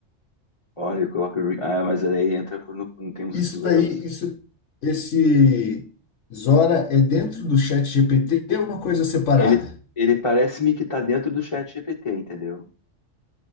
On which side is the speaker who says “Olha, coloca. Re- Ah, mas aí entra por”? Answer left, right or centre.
Left